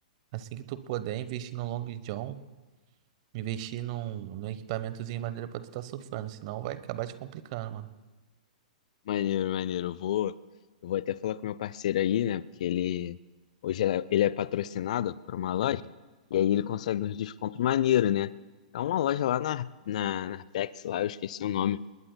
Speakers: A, on the right; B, on the left.
A: assim que tu puder, investir no Long John, investir num, num equipamentozinho maneiro pra tu tá surfando, senão vai acabar te complicando, mano.
B: Maneiro, maneiro. Eu vou, eu vou até falar com meu parceiro aí, né? Porque ele hoje ele é ele é patrocinado por uma loja e aí ele consegue uns descontos maneiro, né? É uma loja lá na, na, na Arpex, lá, eu esqueci o nome.